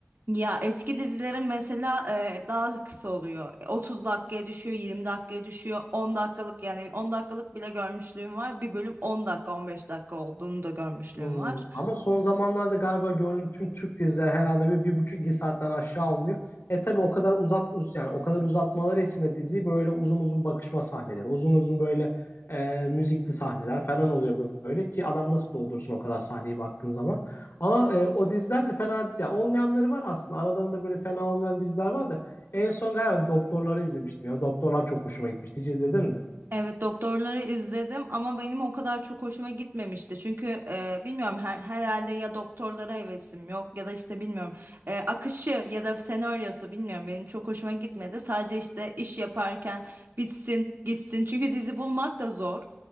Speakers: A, on the right; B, on the left.
A: Ya eski dizilerin mesela e, daha kısa oluyor. otuz dakikaya düşüyor, 20 dakikaya düşüyor. on dakikalık yani 10 dakikalık bile görmüşlüğüm var. Bir bölüm 10 dakika, 15 dakika olduğunu da görmüşlüğüm
B: Hmm,
A: var.
B: Ama son zamanlarda galiba gördüğüm tüm Türk diziler herhalde bir, bir buçuk iki saatten aşağı almıyor. E tabi o kadar uzat uz yani o kadar uzatmaları için de diziyi böyle uzun uzun bakışma sahneleri, uzun uzun böyle e, müzikli sahneler falan oluyor böyle ki adam nasıl doldursun o kadar sahneyi baktığın zaman. Ama e, o diziler de fena ya olmayanları var aslında. Aralarında böyle fena olmayan diziler var da en son galiba doktorları izlemiştim ya. Doktorlar çok hoşuma gitmişti. Hiç izledin mi?
A: Evet doktorları izledim ama benim o kadar çok hoşuma gitmemişti. Çünkü e, bilmiyorum her, herhalde ya doktorlara hevesim yok ya da işte bilmiyorum e, akışı ya da senaryosu bilmiyorum benim çok hoşuma gitmedi. Sadece işte iş yaparken bitsin gitsin çünkü dizi bulmak da zor